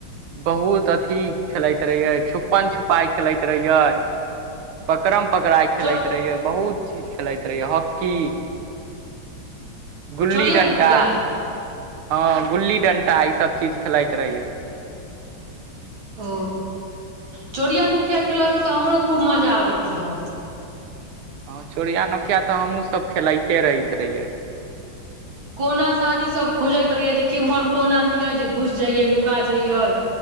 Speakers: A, on the right; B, on the right.
A: बहुत अथी खेलैत रहियै, छुपन छुपाई खेलैत रहियै। पकम पकड़ाय खेलैत
B: चो
A: रहिय, बहुत चीज खेलैत रहिय, हॉकी गुल्ली
B: चोरिया
A: डंटा,
B: नुकिया
A: हँ गुल्ली डंटा, ई सब चीज खेलाइत रहिये।
B: ओ, चोरिया नुकिया खेलय मे तऽ हमरो खूब मजा आबैत रहौ।
A: हं चोरिया नोकिया तऽ, हमहूँ सब खेलइते रहैत रहियै।
B: कोना सानी सब खोजैत रहियै, जे केम्हर कोना मिले, जे घुस जइये, नुका जइये।